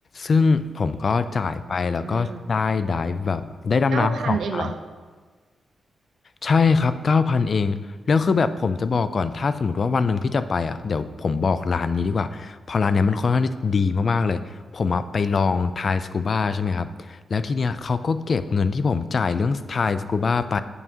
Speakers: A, on the left (about 45°); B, on the right (about 75°).
A: ซึ่งผมก็จ่ายไปแล้วก็ได้
B: อืม
A: dive แบบได้ดำน้ำสองได
B: เก้าพันเองเหรอ
A: ใช่ครับเก้าพันเอง แล้วคือแบบผมจะบอกก่อน ถ้าสมมติว่าวันหนึ่งพี่จะไปอ่ะเดี๋ยวผมบอกร้านนี้ดีกว่าเพอร้านเนี้ยมันค่อนข้างที่จะดีมากๆเลย ผมอ่ะไปลองทายสกูบ้าใช่ไหมครับ แล้วทีเนี้ยเขาก็เก็บเงินที่ผมจ่ายเรื่องทายสกูบ้าไป